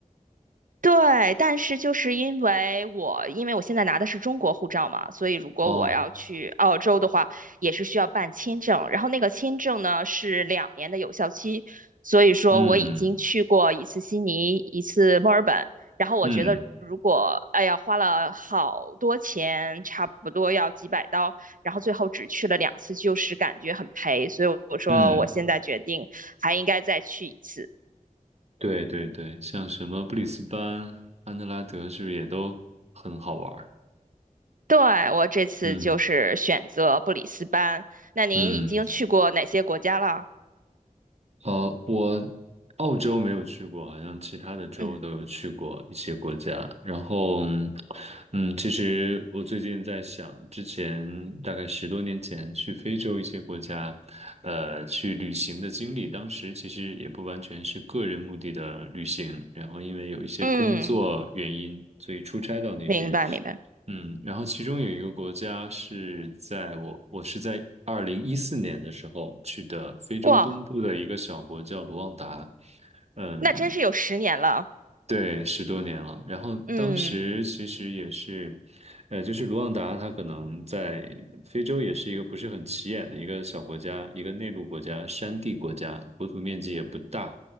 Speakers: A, on the right; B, on the right.
A: 对，但是就是因为我，因为我现在拿的是中国护照嘛，所以如果我要去澳洲的话，
B: 哦，
A: 也是需要办签证。然后那个签证呢是两年的有效期，所以说我已经去过一次悉尼，
B: 嗯
A: 一次墨尔本。然后我觉得如果，
B: 嗯
A: 哎呀，花了好多钱，差不多要几百刀，然后最后只去了两次，就是感觉很赔。所以我说我现在决定还应该再去一次。
B: 嗯，对对对，像什么布里斯班、安德拉德，是不是也都很好玩儿
A: 对，我这次就是选择布里斯班。
B: 嗯
A: 那您已经去过哪些国家了？
B: 嗯。呃，我澳洲没有去过，好像其他的州都有去过一些国家。
A: 嗯
B: 然后，嗯，其实我最近在想，之前大概十多年前去非洲一些国家，呃，去旅行的经历，当时其实也不完全是个人目的的旅行，然后因为有一些工作原因，
A: 嗯，
B: 所以出差到那边。
A: 明白明白。
B: 嗯，然后其中有一个国家是在我我是在二零一四年的时候去的非洲东部的一个小国叫卢旺达，
A: 哇，
B: 嗯，
A: 那真是有十年了。
B: 对，十多年了。然后当时其实也是，
A: 嗯
B: 呃，就是卢旺达，它可能在非洲也是一个不是很起眼的一个小国家，一个内陆国家、山地国家，国土面积也不大。